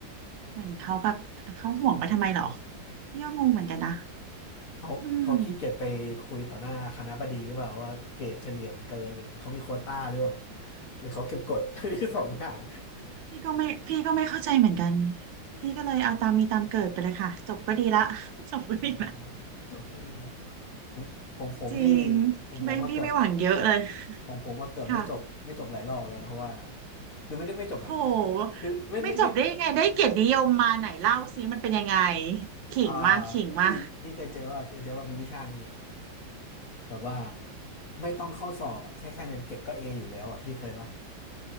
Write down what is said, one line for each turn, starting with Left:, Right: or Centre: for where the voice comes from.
Right: เหมือนเขาแบบเขาห่วงไปทำไมเหรอพี่ก็งงเหมือนกันนะ
Left: เขาเขาขี้เกียจไปคุยต่อหน้าคณบดีหรือเปล่าว่าเกรดเฉลี่ยมันเกินอะไรอย่างเงี้ยเขามีโควต้าหรือเปล่า
Right: อืม
Left: หรือเขาเก็บกด <laughs> ทีสองอย่าง
Right: พี่ก็ไม่พี่ก็ไม่เข้าใจเหมือนกันพี่ก็เลยเอาตามมีตามเกิดไปเลยค่ะจบก็ดีละ <laughs> จบก็ดีละ
Left: โอ้จบก็ดีแล้วของของผมนี่
Right: จริง
Left: ของผมมาเกือบ
Right: ไม่พี่ไม่หวังเยอะเลย
Left: ของผมมาเกือบไม่จบไม่จบหลายรอบแล้วเพราะว่า
Right: ค่ะ
Left: คือไม่ได้ไม่จบแบบ
Right: โหไม่จบได้ยังไงได้เกียรตินิยมมาไหนเล่าสิมันเป็นยังไง
Left: คือไม่ไม่ไม่
Right: ขิงมาขิงมา
Left: อ่าพี่พี่เคยเจอว่าคือเจอว่ามีวิชาหนึ่งอะแบบว่าไม่ต้องเข้าสอบอะแค่คะแนนเก็บก็เออยู่แล้วอะพี่เคยปะ